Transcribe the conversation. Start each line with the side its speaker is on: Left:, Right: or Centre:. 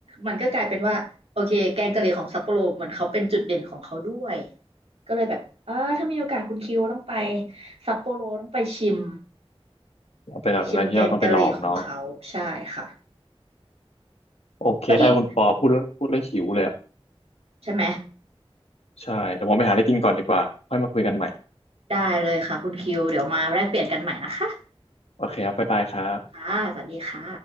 Right: มันก็กลายเป็นว่าโอเคแกงกะหรี่ของซัปโปโรเหมือนเขาเป็นจุดเด่นของเขาด้วยก็เลยแบบอ่าถ้ามีโอกาสคุณคิวต้องไปซัปโปโรต้องไปชิม
Left: เราเป็นแบบอะไรที่เราต้องไปลองเนาะ
Right: ไปชิมแกงกะหรี่ของเขาใช่ค่ะ
Left: โอเค
Right: แล้วอีก
Left: ได้คุณปอพูดแล้วพูดแล้วหิวเลยอ่ะ
Right: ใช่ไหม
Left: ใช่เดี๋ยวผมไปหาอะไรกินก่อนดีกว่าค่อยมาคุยกันใหม่
Right: ได้เลยค่ะคุณคิวเดี๋ยวมาแลกเปลี่ยนกันใหม่นะคะ
Left: โอเคครับบ๊ายบายครับ
Right: ค่ะสวัสดีค่ะ